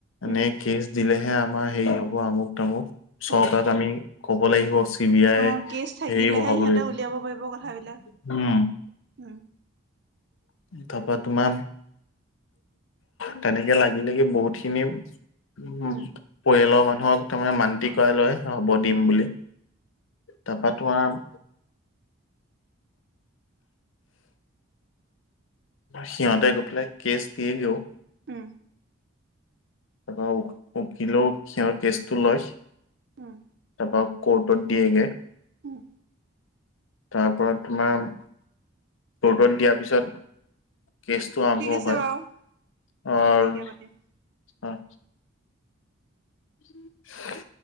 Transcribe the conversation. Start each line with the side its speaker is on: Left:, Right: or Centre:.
Right: উম,
Left: এনে কেচ দিলেহে আমাৰ হেৰি হ'ব আমুক তামুক চৰকাৰক
Right: উম,
Left: আমি ক'ব লাগিব চি বি আই
Right: অ', কেচ থাকিলেহে
Left: হেৰি বঢ়াব
Right: সিহঁতে
Left: লাগিব।
Right: উলিয়াব পাৰিব কথাবিলাক
Left: উম।
Right: উম,
Left: তাপা তোমান। তেনেকে লাগি লাগি বহুত খিনি- উ
Right: উম,
Left: পৰিয়ালৰ মানুহক তাৰমানে মান্তি কৰাই লয় হ'ব দিম
Right: উম,
Left: বুলি। তাৰপা তোমাৰ নাম।
Right: <inaudible>
Left: সিহূতে গৈ পেলাই কেচ দিয়ে গেও।
Right: উম,
Left: তাৰপৰা উ উকিলো সিহঁত কেচটো লয়।
Right: উম,
Left: তাৰপা কৰ্টত দিয়েগে।
Right: উম,
Left: তাৰপৰত তোমাৰ কৰ্টত দিয়াৰ পিছত। কেচটো আৰম্ভ
Right: ঠিক আছে
Left: হয়
Right: বাৰু অকণ
Left: আৰু
Right: দেৰিকে পাতিম।
Left: অ। <unintelligible>